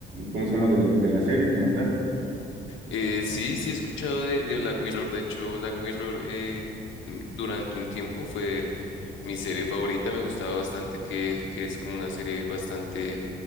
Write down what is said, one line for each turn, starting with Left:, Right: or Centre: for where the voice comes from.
Right: ¿cómo se llama? Del, de la serie como tal.
Left: Eh, sí, sí he escuchado de, de Black Mirror. De hecho, Black Mirror eh, mm, durante un tiempo fue mi serie favorita. Me gustaba bastante que, que es como una serie bastante,